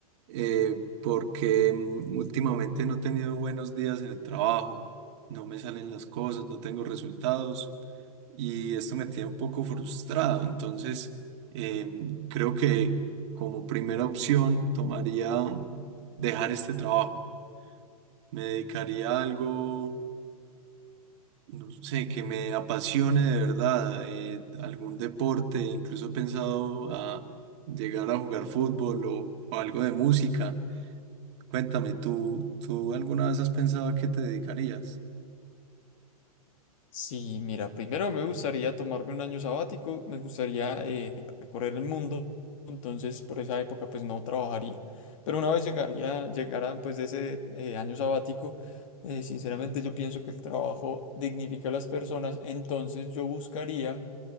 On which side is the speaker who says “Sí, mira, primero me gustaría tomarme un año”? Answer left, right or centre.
Left